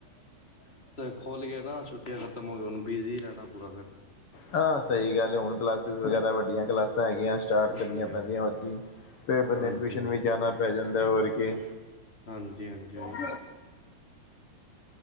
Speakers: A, on the left (about 15°); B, on the left (about 55°).
A: ਖੋਲ੍ਹ ਗਏ ਨਾ ਛੁੱਟੀਆਂ ਖਤਮ ਹੋ ਗਿਆਂ, ਹੁਣ ਬਿਜੀ ਨਾ ਪੂਰਾ ਦਿਨ।
B: ਹਾਂ ਸਹੀ ਗੱਲ ਹੈ, ਹੁਣ ਕਲਾਸਿਸ ਵਗੈਰਾ ਵੱਡੀਆਂ ਕਲਾਸਾਂ ਹੈਗੀਆਂ। ਸਟਾਟ
A: ਹਾਂਜੀ
B: ਕਰਨੀਆਂ ਪੈਂਦੀਆਂ
A: ਹਾਂਜੀ
B: ਹੋਰ ਕਿ, ਫਿਰ ਬੰਦੇ
A: ਹਾਂਜੀ
B: ਨੂੰ ਟਿਊਸ਼ਨ
A: ਹਾਂਜੀ
B: ਵੀ ਜਾਣਾ ਪੈ ਜਾਂਦਾ ਹੋਰ ਕਿ।
A: ਹਾਂਜੀ-ਹਾਂਜੀ,
B: <unintelligible>